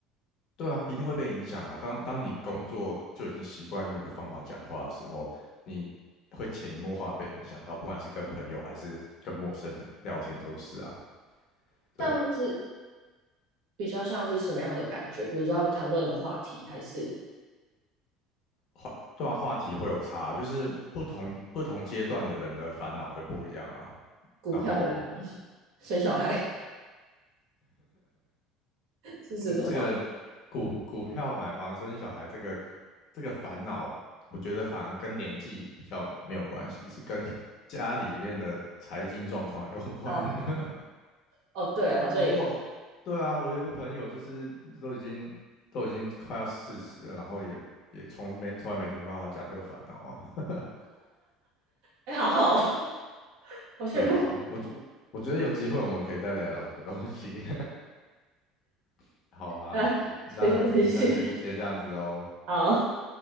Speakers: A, on the left; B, on the right.
A: 对啊，一定会被影响啊。当当你工作就已经习惯用一个方法讲话的时候，你会潜移默化地被影响到，不管是跟朋友还是跟陌生人聊天都是啊。对，
B: 但会是比较像是什么样的感觉？比如说他们谈论的话题，还是
A: 话对啊，话题会有差啊，就是不同不同阶段的人的烦恼会不一样啊。
B: 股票吗？
A: 然后
B: 生小孩，<laughs> 是这种吗？
A: 嗯，这个股股票买房生小孩这个这个烦恼，我觉得反而跟年纪比较没有关系，是跟 <laughs> 家里面的财经状况有关。
B: 啊，
A: <laughs>
B: 哦，对，好像也是，
A: 如果对啊，我有一个朋友就是都已经都已经快要四十了，然后也也从没从来没听过他讲这个烦恼啊。
B: 哎、好好哦，<laughs>
A: <laughs>
B: 好羡慕。
A: 对啊，我我我觉得有机会我们可以再聊聊这个东西。<laughs> 好啊，
B: 那非常谢谢，
A: 那那就先这样子喽。
B: 好。